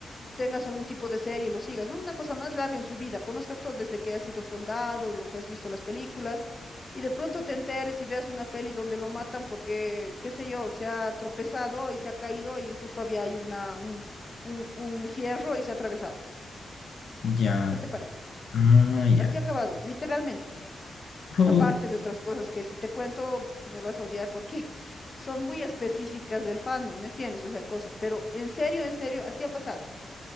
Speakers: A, on the left; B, on the left.
A: tengas algún tipo de serie y lo sigas, ¿no? Una cosa más larga en su vida, conozcas todo desde que has sido soldado, lo que has visto en las películas, y de pronto te enteres y veas una peli donde lo matan porque, qué sé yo, se ha tropezado y se ha caído y justo había ahí una, un, un, un fierro y se ha atravesado.
B: ya.
A: ¿Qué te parece?
B: Ah, ya.
A: Así ha acabado, literalmente.
B: Pu-
A: Aparte de otras cosas que si te cuento me vas a odiar porque <laughs> son muy específicas del fandom, ¿me entiendes? O sea, cosas, pero en serio, en serio, así ha pasado.